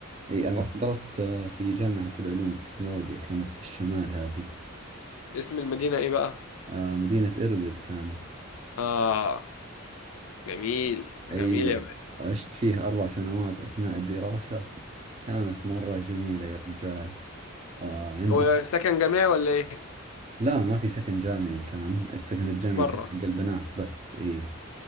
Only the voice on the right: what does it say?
اي انا رحت درست آه، في جامعة العلوم والتكنولوجيا كانت في الشمال هذه
آه، مدينة إربد كانت
أي
عشت فيه أربع سنوات أثناء الدراسة كانت مرة جميلة يا رجال آه عندك
لا ما في سكن جامعي كان السكن الجامعي
كان حق البنات بس إيه